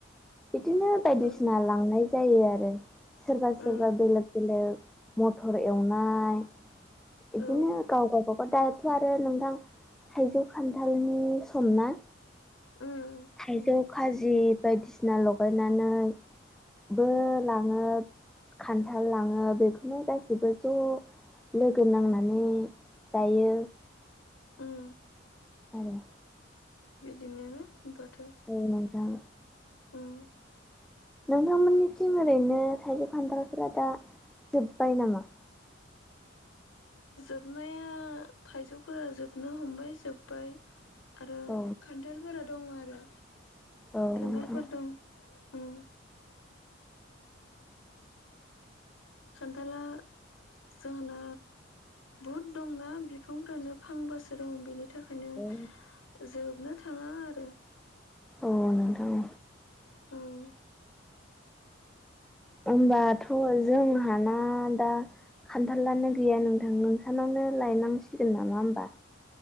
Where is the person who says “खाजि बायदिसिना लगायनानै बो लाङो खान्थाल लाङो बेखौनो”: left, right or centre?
Centre